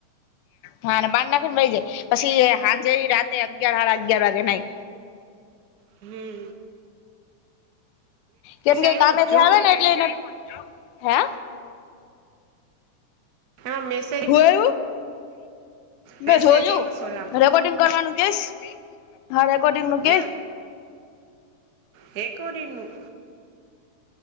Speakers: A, on the left (about 80°); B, on the right (about 75°).
A: હા. બાર નાખી ને વહી જાય. પછી હાનજે ઈ રાતે અગિયાર હાડા અગિયાર વાગે નાઈ.
B: હમ.
A: કેમ
B: મેસેજ
A: કે,
B: આવ્યો
A: કામે
B: જ જો
A: થી આવે ને એટલે એને. હે!
B: એમાં મેસ.
A: હું એયુ.
B: મેસેજ
A: મેં જોયું,
B: આવ્યો સોલામ
A: રેકોર્ડિંગ કરવાનું કેશ હા, રેકોર્ડિંગ નું
B: હે,
A: કે
B: રેકોર્ડિંગ.